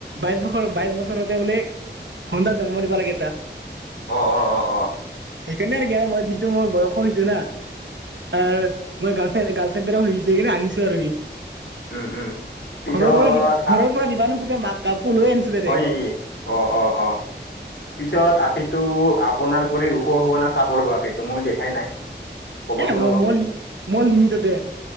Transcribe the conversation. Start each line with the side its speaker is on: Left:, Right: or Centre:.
Right: বাইশ বছৰ বাইশ বছৰতে বোলে খন্টান জন্ম দিবা লাগে এটা।
Left: অ, অ', অ', অ।
Right: সেইকাৰণে আৰু কি আৰু মই যিটো মই বয়স হৈছো না অ, মৰ গালফেণ গালফ ফেদ্ৰ হৈ ছে আনিচো আৰু হি
Left: উম উম পিছত
Right: ঘৰৰ পৰা দিবা ঘৰৰ
Left: আহ
Right: পৰা দিবা নোখোধে মাক কাপোৰ লৈ আনিছো ডাইৰেক্ট
Left: হয়, নেকি অ, অ, অ', পিছত আপিত টো আপোনাৰ কৰি ওখ হব না চাপৰ হোৱাাপ এইটো মই দেখাই নাই ক'বচোন
Right: এ মই
Left: অলপ?
Right: মল মল নিমিততে